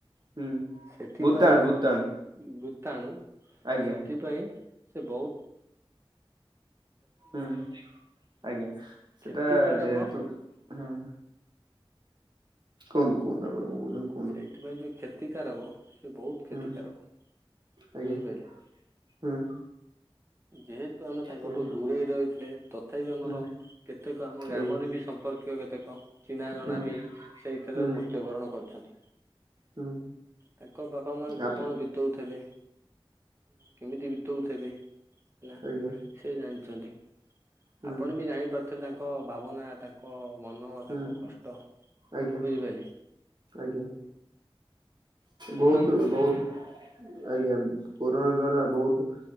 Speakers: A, on the right; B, on the right.
A: ହୁଁ
B: ସେଥିପାଇଁ
A: ଭୂତାଣୁ ଭୂତାଣୁ
B: ଉ ଭୂତାଣୁ
A: ଆଜ୍ଞା
B: ସେଥିପାଇଁ ସେ ବହୁ
A: ହୁଁ ଆଜ୍ଞା ସେଟା
B: କ୍ଷତିକାରକ
A: ଯେହେତୁ ହୁଁ। କୁହନ୍ତୁ କୁହନ୍ତୁ ଆପଣ କଣ କହୁଚନ୍ତି।
B: ସେଇଥିପାଇଁ ଯୋଉ କ୍ଷତିକାରକ ସେ ବହୁ କ୍ଷତିକାରକ
A: ହୁଁ ଆଜ୍ଞା
B: ବୁଝି ପାଇଲେ
A: ହୁଁ
B: ଯେହେ ତ ଆମେ ତାଙ୍କଠୁ
A: ଆଜ୍ଞା।
B: ଦୂରେଇ ରହିଥିଲେ ତଥାପି ଆମର
A: ହୁଁ
B: କେତେକ ଆମ ଗ୍ରାମରେ
A: ଆଜ୍ଞା
B: ବି ସମ୍ପର୍କୀୟ କେତେକ ଚିହ୍ନା ଜଣା
A: ହୁଁ
B: ବି ସେଇଥେରେ
A: ହୁଁ
B: ମୃତ୍ୟୁବରଣ କରିଚନ୍ତି।
A: ହୁଁ।
B: ତାଙ୍କ ବାପା ମାଆଙ୍କୁ
A: ଆପ
B: କଣ
A: ହୁଁ
B: ବିତଉଥେବେ କେମିତି ବିତଉଥେବେ। ହେଲା
A: ଆଜ୍ଞା
B: ସେ ଜାଣିଚନ୍ତି
A: ହୁଁ।
B: ଆପଣ ବି ଜାଣିପାରୁଥିବେ ତାଙ୍କ ଭାବନା ତା ଙ୍କ ମନ
A: ହୁଁ
B: ତାଙ୍କ କଷ୍ଟ
A: ଆଜ୍ଞା
B: ବୁଝିପାଇଲେ।
A: ଆଜ୍ଞା।
B: କହୁନାହାନ୍ତି
A: ବହୁତ
B: କଣ
A: ବହୁତ
B: କହୁଥିଲେ
A: ଆଜ୍ଞା କୋରୋନା ଦ୍ଵାରା ବହୁତ